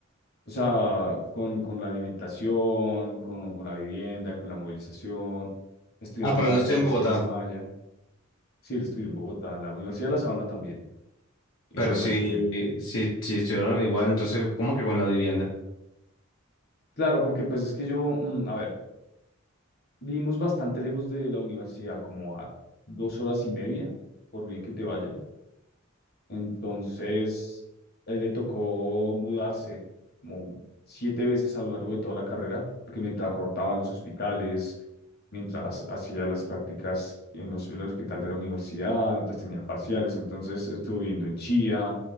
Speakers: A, on the left; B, on the left.
A: O sea, con, con la alimentación, con, con la vivienda, con la movilización. Estudiando
B: Ah, pero
A: una
B: no
A: vez
B: estoy
A: casi
B: en Bogotá.
A: se desmaya. Sí, él estudió en Bogotá, en la Universidad de La Sabana también, igual,
B: Pero
A: igual
B: si,
A: que yo.
B: si, si estuvieron igual, entonces, ¿cómo que con la vivienda?
A: Claro, porque pues es que yo, mm, a ver, vivimos bastante lejos de la universidad, como a dos horas y media, por bien que te vaya. Entonces, él le tocó mudarse como siete veces a lo largo de toda la carrera, porque mientras rotaban los hospitales, mientras hacía las prácticas en, los, en el hospital de la universidad, mientras tenía parciales, entonces estuvo viviendo en Chía,